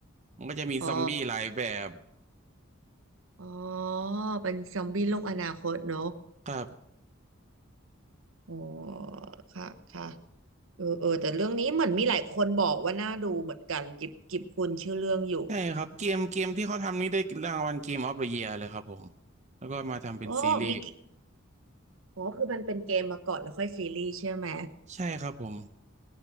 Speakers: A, on the right (about 35°); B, on the right (about 80°).
A: มันก็จะมีซอมบี้หลายแบบ
B: อ๋อ อ๋อเป็นซอมบี้โลกอนาคตเนอะ
A: ครับ
B: อ๋อค่ะค่ะเออเออแต่เรื่องนี้เหมือนมีหลายคนบอกว่าน่าดูเหมือนกันกิบกิบคุณชื่อเรื่องอยู่
A: ใช่ครับเกมเกมที่เขาทำนี่ได้รางวัลเกมออฟเดอะเยียร์เลยครับผมแล้วก็มาทำเป็นซีรีส์
B: อ๋อมีกิอ๋อคือมันเป็นเกมมาก่อนแล้วค่อยซีรีส์ใช่ไหม
A: ใช่ครับผม